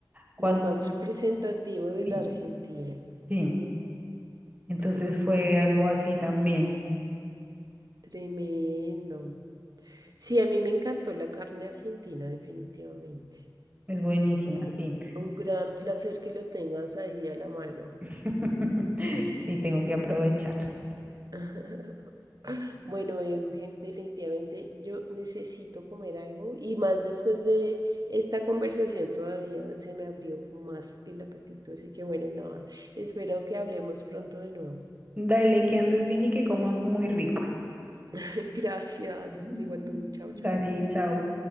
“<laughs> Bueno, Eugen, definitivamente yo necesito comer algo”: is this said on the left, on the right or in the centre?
Right